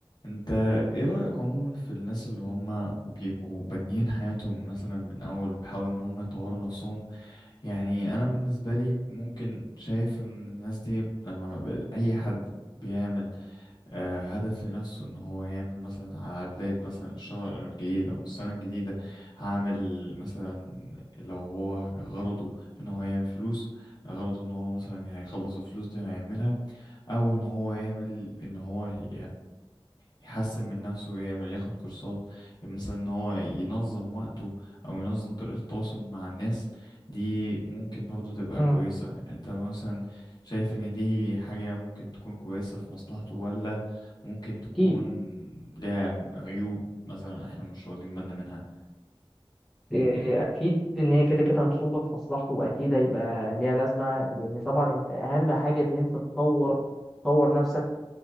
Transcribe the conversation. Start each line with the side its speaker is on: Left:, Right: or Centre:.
Left: انت ايه رأيك عموما في الناس اللي هم بيبقوا بانيين حياتهم مثلا من اول بيحاولوا ان هم يطوروا نفسهم يعني انا بالنسبة لي ممكن شايف ان الناس دي لما ب- اي حد بيعمل آه هدف لنفسه ان هو يعمل مثلا على بداية مثلا الشهر الجديد او السنة الجديدة هعمل مثلا لو هو غرضه ان هو يعمل فلوس غرضه ان هو مثلا هيخلص الفلوس دي وهيعملها او ان هو يعمل ان هو ي- يحسن من نفسه ويعمل ياخد كورسات يعني مثلا ان هو ينظم وقته او ينظم طريقة التواصل مع الناس دي ممكن برضو تبقى
Centre: امم
Left: كويسة انت مثلا شايف ان دي حاجة ممكن تكون كويسة في مصلحته ولا ممكن تكون
Centre: اكيد
Left: لها عيوب مثلا احنا مش واخدين بالنا منها
Centre: إيه، اكيد ان هي كده كده هتصب في مصلحته واكيد هيبقى ليها لازمه لان طبعا انت اهم حاجه ان انت تطور تطور نفسك